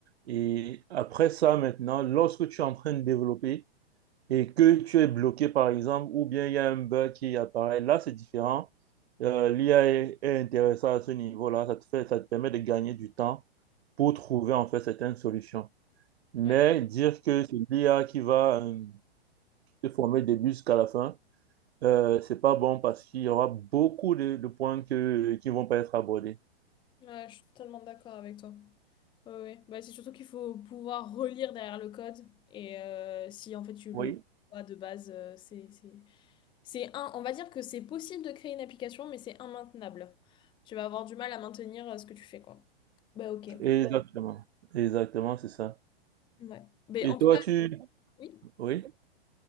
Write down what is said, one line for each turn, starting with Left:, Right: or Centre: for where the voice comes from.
Right: Et après ça, maintenant, lorsque tu es en train de développer, et que tu es bloqué, par exemple, ou bien il y a un bug qui apparaît. Là, c'est différent. Euh, l'IA est, est intéressant à ce niveau-là. Ça te fait, ça te permet de gagner du temps pour trouver, en fait, certaines solutions. Mais
Left: ouais,
Right: dire que c'est l'IA qui va euh, te former du début jusqu'à la fin, euh, c'est pas bon parce qu'il y aura beaucoup de, de points que, qui vont pas être abordés.
Left: ouais, je suis totalement d'accord avec toi. Ouais, ouais. Bah, c'est surtout qu'il faut pouvoir relire derrière le code et euh, si en fait tu
Right: Oui,
Left: le comprends pas de base, euh, c'est c'est C'est un, on va dire que c'est possible de créer une application, mais c'est immaintenable. Tu vas avoir du mal à maintenir euh, ce que tu fais, quoi. Bah ok.
Right: exactement. Exactement, c'est ça.
Left: Ouais. Mais
Right: Et
Left: en
Right: toi,
Left: tout cas,
Right: tu...
Left: oui.
Right: Oui.